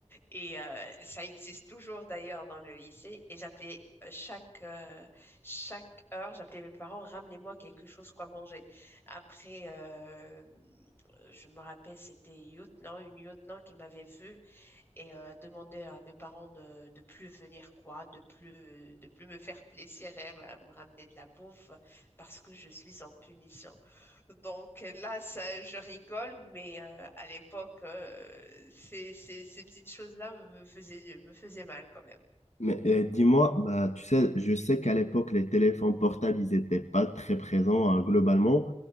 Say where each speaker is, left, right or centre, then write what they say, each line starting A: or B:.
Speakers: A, on the left (about 20°); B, on the left (about 85°).
A: Et euh, ça existe toujours d'ailleurs dans le lycée. Et j'appelais euh, chaque, euh, chaque heure, j'appelais mes parents, ramenez-moi quelque chose quoi manger. Après, euh, je me rappelle, c'était lieutenant, une lieutenant qui m'avait vue et euh, demander à mes parents de, de plus venir quoi, de plus, de plus me faire plaisir et me, me ramener de la bouffe parce que je suis en punition. Donc là, ça, je rigole, mais euh, à l'époque, euh, ces, ces, ces petites choses-là me faisaient, me faisaient mal quand même.
B: Mais euh, dis-moi, bah, tu sais, je sais qu'à l'époque, les téléphones portables, ils n'étaient pas très présents hein, globalement,